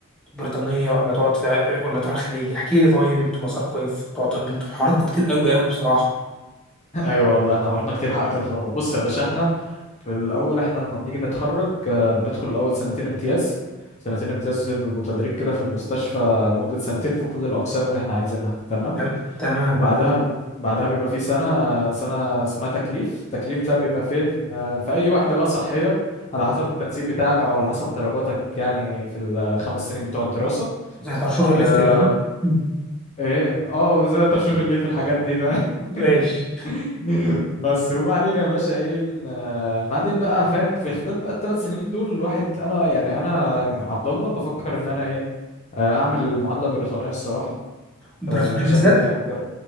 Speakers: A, in the centre; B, on the left.
A: بريطانيه ولا تقعد في في- ولا تروح الخليج احكي لي طيب انتوا مساركم ايه في بتوع طب انتوا حواراتكم كتير قوي قوي بصراحه
B: ايوه والله احنا حوارنا كتير حقك تتلخبط بص يا باشا احنا في الاول احنا لما بنيجي نتخرج آه، بندخل الاول سنتين امتياز سنتين امتياز دول بيبقوا تدريب كده في المستشفى لمدة سنتين في كل الاقسام اللي احنا عايزينها تمام
A: تمام تمام
B: وبعدها ب... بعدها بيبقى في سنة سنة اسمها تكليف التكليف ده بيبقى فين آه، في اي واحدة بقى صحية على حسب التنسيق بتاعك او على حسب درجاتك يعني في الخمس سنين بتوع الدراسة
A: زي ترشيح الليفت
B: آه،
A: كده صح؟ مم.
B: ايه اه زي ترشيح الليف الحاجات دي فاهم
A: ماشي
B: <laughs> بس وبعدين يا باشا ايه إن- آه، بعدين بقى فاهم في خلال بقى الثلاث سنين دول الواحد انا يعني انا عبد الله بفكر ان انا ايه آه، اعمل معادله بريطانيه الصراحه
A: بريطانيه
B: آه، انا شايف
A: بالذات
B: ان هي اكتر